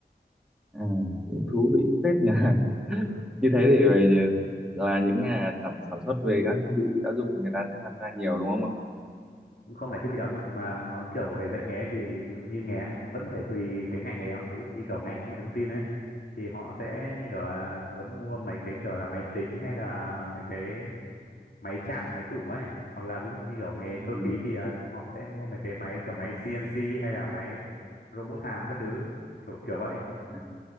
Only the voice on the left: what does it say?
ừ.
cũng không phải thiết bị giáo dục mà nó kiểu về dạy nghề thì ví dụ như nghề vẫn phải tùy cái ngành nghề đó. ví dụ như kiểu ngành công nghệ thông tin ấy thì họ sẽ như kiểu là muốn mua mấy cái kiểu là máy tính hay là mấy cái máy chạm máy chủ ấy hoặc là ví dụ như kiểu nghề
cơ khí thì à, họ sẽ mua mấy cái máy kiểu máy CNC hay là máy robot hàn các thứ kiểu kiểu vậy